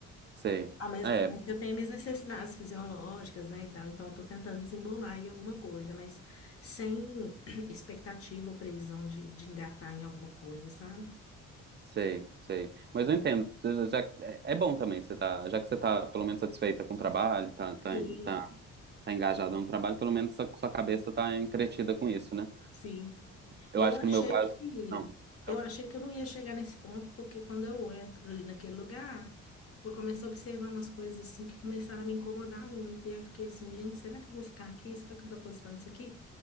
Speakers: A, on the right; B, on the left.
A: Sei.
B: Ao mesmo
A: É,
B: tempo que eu tenho minhas necessidades fisiológicas, né, e tal. Então, eu tô tentando desembolar em alguma coisa, mas sem <clears throat> expectativa ou previsão de, de engatar em alguma coisa, sabe?
A: Sei, sei. Mas eu entendo. Já, já- é é bom também você tá, já que você tá pelo menos satisfeita com o trabalho, tá, tá,
B: Sim,
A: tá, tá engajada no trabalho, pelo menos sua, sua cabeça tá entretida com isso, né?
B: sim.
A: Eu
B: E eu
A: acho
B: achei
A: que no meu caso,
B: que
A: não. Então,
B: eu achei que eu não ia chegar nesse ponto, porque quando eu entro ali naquele lugar, eu comecei a observar umas coisas assim que começaram a me incomodar muito. E eu fiquei assim, gente, será que eu vou ficar aqui? Será que eu tô gostando disso aqui?